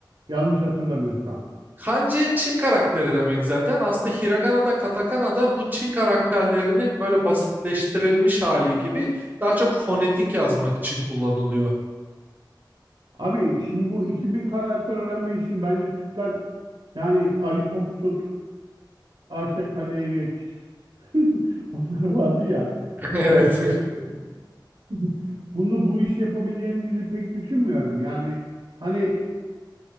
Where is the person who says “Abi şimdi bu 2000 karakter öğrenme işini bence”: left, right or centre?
Right